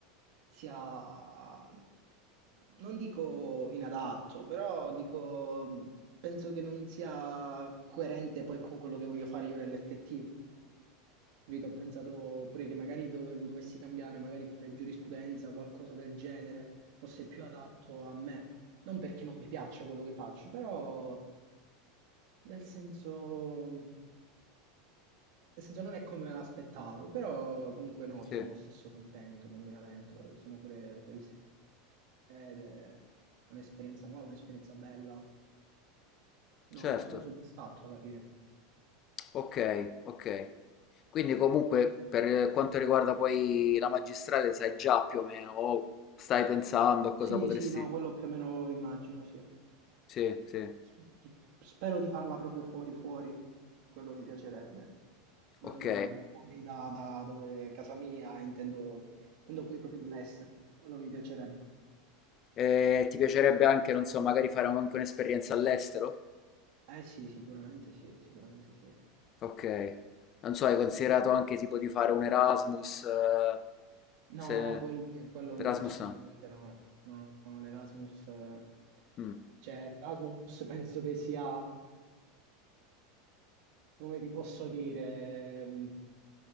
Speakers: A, on the right (about 60°); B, on the left (about 40°).
A: sia, non dico inadatto, però dico, penso che non sia coerente poi con quello che voglio fare io nell'effettivo. Capito? Ho pensato pure che magari dove- dovessi cambiare, magari fare giurisprudenza, qualcosa del genere, fosse più adatto a me. Non perché non mi piaccia quello che faccio, però nel senso, nel senso non è come me l'aspettavo, però comunque no, sono
B: Sì,
A: lo stesso contento, non mi lamento, eh, sono pure fuori sede, ed è un'esperienza nuova, un'esperienza bella. No,
B: certo.
A: non sono soddisfatto alla fine.
B: Ok, ok. Quindi comunque per quanto riguarda poi la magistrale sai già più o meno, o stai pensando a cosa
A: Sì,
B: potresti...
A: sì, no, quello più o meno immagino, sì.
B: Sì, sì,
A: S- s- Spero di farla proprio fuori, fuori. Quello mi piacerebbe. non
B: ok.
A: eh, fuori da, da dove casa mia, intendo, intendo poi proprio all'estero. Quello mi piacerebbe.
B: E ti piacerebbe anche, non so, magari fare anche un'esperienza all'estero?
A: Eh sì, sicuramente sì, sicuramente sì.
B: Ok. Non so, hai considerato anche tipo di fare un Erasmus? eh,
A: No,
B: se...
A: quello, quello
B: Erasmus
A: personalmente
B: no.
A: no. No, no, l'Erasmus, eh,
B: Mm,
A: cioè Erasmus penso che sia, come ti posso dire, ehm,